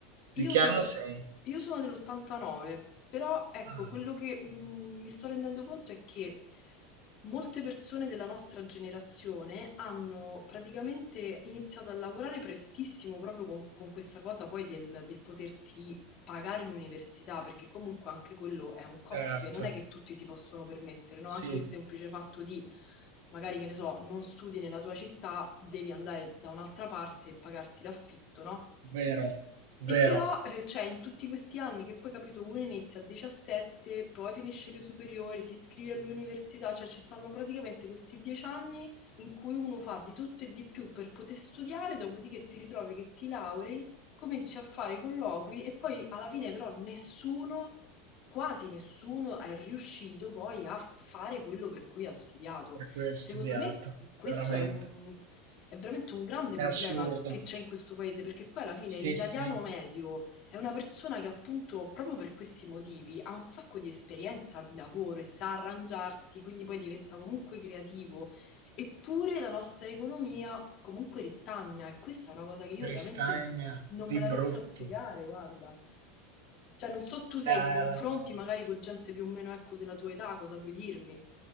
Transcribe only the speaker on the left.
io
sono,
io sono dell'89, però ecco,
quello che mh, mi sto rendendo conto è che molte persone della nostra generazione hanno praticamente iniziato a lavorare prestissimo proprio con, con questa cosa poi del, del potersi pagare l'università, perché comunque anche quello è un costo
che non è che tutti si possono permettere, no?
Anche il semplice fatto di, magari che ne so, non studi nella tua città, devi andare da un'altra parte e pagarti l'affitto, no?
E però, eh, cioè, in tutti questi anni che poi, capito, uno inizia a 17, poi finisce le superiori, ti iscrivi all'università, cioè ci sono praticamente questi 10 anni in cui uno fa di tutto e di più per poter studiare, dopodiché ti ritrovi che ti laurei, cominci a fare i colloqui e poi alla fine però nessuno, quasi nessuno è riuscito poi a fare quello per cui ha studiato.
Secondo
me questo
è un è veramente un grande
problema
che c'è in questo paese, perché poi alla fine
l'italiano
medio è una persona che appunto proprio per questi motivi ha un sacco di esperienza di lavoro e sa arrangiarsi, quindi poi diventa comunque creativo. Eppure la nostra economia comunque ristagna e questa è una cosa che io
veramente non
me la
riesco a spiegare, guarda. Cioè, non so tu se
hai
dei confronti
magari con gente più o meno, ecco, della tua età, cosa puoi dirmi?